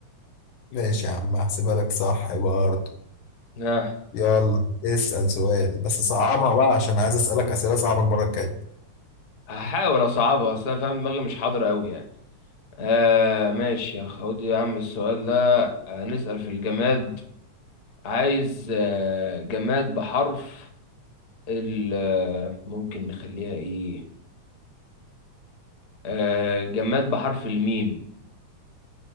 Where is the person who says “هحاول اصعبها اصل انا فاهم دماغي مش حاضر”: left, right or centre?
Left